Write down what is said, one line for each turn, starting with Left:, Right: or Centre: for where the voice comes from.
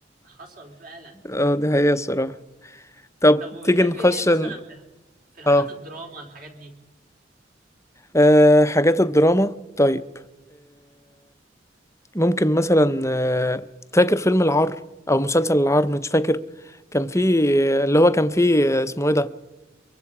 Right: حصل فعلا
Left: اه دي حقيقة الصراحة طب
Right: طب وبتحب
Left: تيجي نخش
Right: ايه مثلا
Left: ن-
Right: في في الحاجات
Left: اه
Right: الدراما الحاجات دي
Left: آه، حاجات الدراما طيب ممكن مثلا آه، فاكر فيلم العار او مسلسل العار مش فاكر كان فيه اللي هو كان فيه آه، اسمه ايه ده